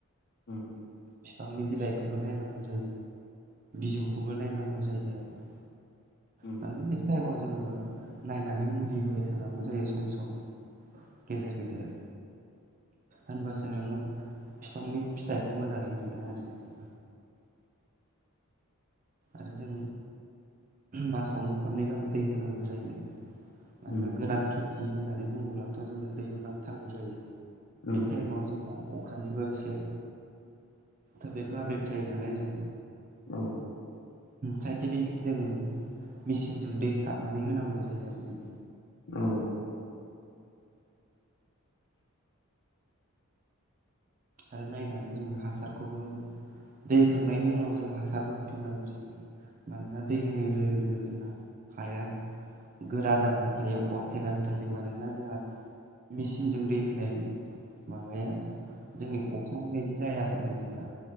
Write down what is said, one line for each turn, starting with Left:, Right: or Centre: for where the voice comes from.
Left: उम।
Right: फिफांनि बिलाइखौबो नायनांगौ जायो बिजौखौबो नायनांगौ जायो आरो।
Left: उम
Right: माने बे टाइमाव जोङो नायनानै मुलि होबाय थानांगौ जायो सम सम। गेजेर गेजेर होनबासो नोङो फिफांनि फिथाइ मोजाङै मोनगोन आरो जोंङो। आरो जों मासावनो खननै गाहाम दै होनांगौ जायो। मानोना
Left: उम
Right: गोरान खेथि होननानै बुंङोब्लाथ' जोङो दैखौ नांथारगौ जायो।
Left: उम
Right: बे टाइमाव अखानिबो एसे थोब्लेद माब्लेद जायो नालाय जों
Left: औ।
Right: साइनटिफिक जों मेचिनजों दै सारनानै होनांगौ जायो आरो जों।
Left: औ।
Right: आरो नायनानै जों हासारखौबो दै होखांनायनि उनाव जों हासारबो होफिननांगौ जायो। मानोना दै होनाय लोगो लोगो जोंहा हाया गोरा जानानै थायो अरथेनानै थायो मानोना जोंहा मेसिनजों दै होनाय माबाया जोंनि अखानि बायदि जाया आरो जेनेबा